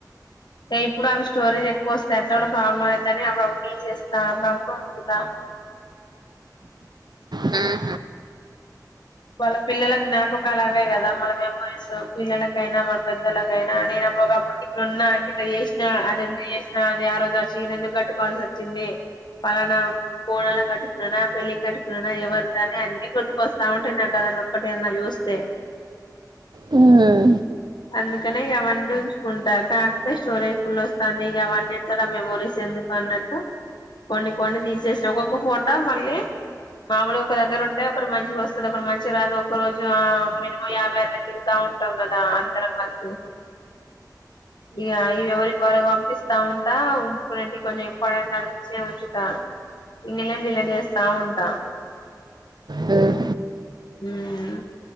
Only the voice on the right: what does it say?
హ్మ్.
హ్మ్.
హ్మ్.